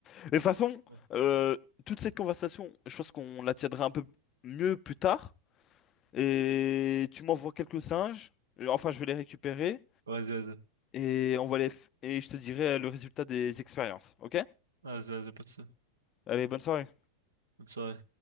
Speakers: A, on the left; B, on the right.
A: Mais de toute façon,
B: Ouais,
A: euh, toute cette conversation, je pense qu'on la tiendra un peu mieux plus tard. Et tu m'envoies quelques singes. Euh, Enfin, je vais les récupérer.
B: vas-y, vas-y.
A: Et on va les f- et je te dirai le résultat des expériences. Ok?
B: Vas-y, vas-y, pas de ça.
A: Allez, bonne soirée.
B: Bonne soirée.